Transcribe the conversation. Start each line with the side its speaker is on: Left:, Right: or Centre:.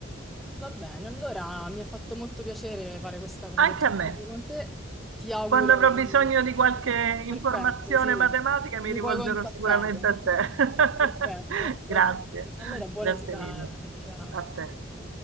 Centre: Va bene, allora mi ha fatto molto piacere fare questa conversazione
Right: Anche a me.
Centre: con te. Ti auguro...
Right: Quando avrò bisogno di qualche informazione
Centre: Perfetto, sì,
Right: matematica
Centre: mi
Right: mi rivolgerò
Centre: puoi contattare.
Right: sicuramente
Centre: <laughs>
Right: a te.
Centre: Perfetto,
Right: <laughs>
Centre: va
Right: Grazie,
Centre: bene. Allora, buona
Right: grazie
Centre: serata.
Right: mille.
Centre: Ciao,
Right: A te.
Centre: ciao.